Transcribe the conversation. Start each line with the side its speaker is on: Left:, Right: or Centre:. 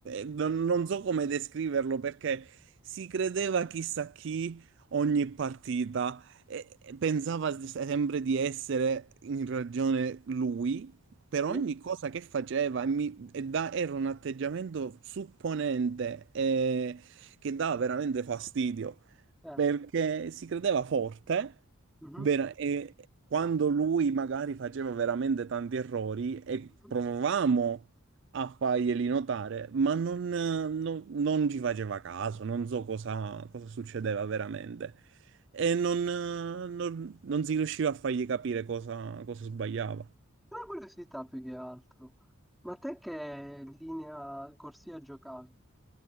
Right: Non, non so come descriverlo perché si credeva chissà chi ogni partita e e pensava s- sempre di essere in ragione lui per
Centre: Sì,
Right: ogni cosa che faceva e mi- e da- era un atteggiamento supponente eh, che dava veramente fastidio.
Centre: certo.
Right: perché si credeva forte
Centre: Mhm,
Right: vera- e quando lui magari faceva veramente tanti errori e
Centre: mhm.
Right: provavamo a farglieli notare, ma non, non- non ci faceva caso, non so cosa, cosa succedeva veramente. E non, non- non si riusciva a fargli capire cosa cosa sbagliava.
Centre: Una curiosità più che altro. Ma te che linea corsia giocavi?